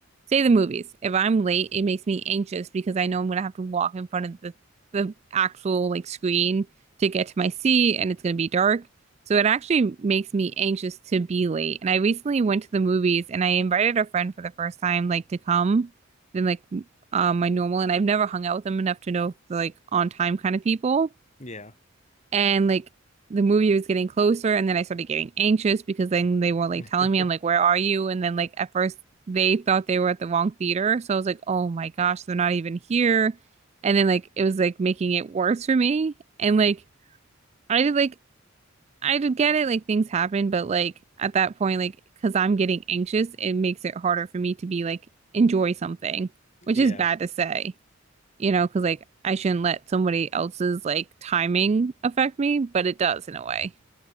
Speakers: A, on the right; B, on the left.
A: say the movies, if I'm late, it makes me anxious because I know I'm gonna have to walk in front of the the actual like screen to get to my seat and it's gonna be dark. So it actually makes me anxious to be late. And I recently went to the movies and I invited a friend for the first time like to come than like um my normal and I've never hung out with them enough to know if they're like on time kind of people
B: Yeah.
A: and like the movie was getting closer and then I started getting anxious because then they weren't like
B: <laughs>
A: telling me I'm like where are you and then like at first they thought they were at the wrong theater so I was like oh my gosh they're not even here and then like it was like making it worse for me and like I did like I did get it like things happen but like at that point like because I'm getting anxious it makes it harder for me to be like enjoy something which
B: Yeah.
A: is bad to say you know, because like I shouldn't let somebody else's like timing affect me, but it does in a way.